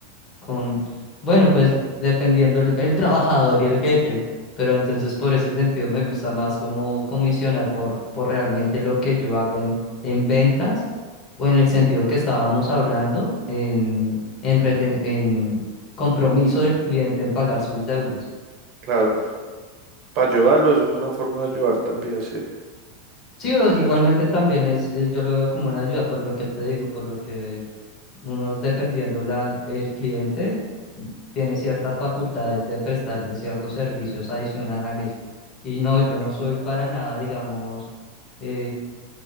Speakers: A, on the left (about 25°); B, on the right (about 40°).
A: con, bueno, pues dependiendo el, el trabajador y el jefe, pero entonces por ese sentido me gusta más como comisionar por, por realmente lo que yo hago en, en ventas o en el sentido que estábamos hablando en, en, reten- en compromiso del cliente en pagar sus deudas.
B: claro, para ayudarlo, eso es una forma de ayudar también, sí,
A: Sí, o igualmente
B: de hecho.
A: también es, es- yo lo veo como una ayuda por lo que te digo, por lo que Uno, dependiendo la, el cliente, tiene ciertas facultades de prestarle ciertos servicios adicionales. Y no, yo no soy para nada, digamos, eh,